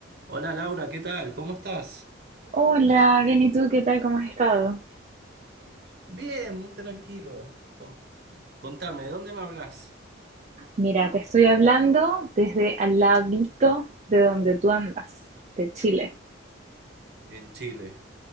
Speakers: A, on the right; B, on the right.
A: Hola Laura, ¿qué tal? ¿Cómo estás?
B: Hola, bien, ¿y tú qué tal? ¿Cómo has estado?
A: Bien, muy tranquilo. Co- contame, ¿de dónde me hablas?
B: Mira, te estoy hablando desde al ladito de donde tú andas, de Chile.
A: En Chile.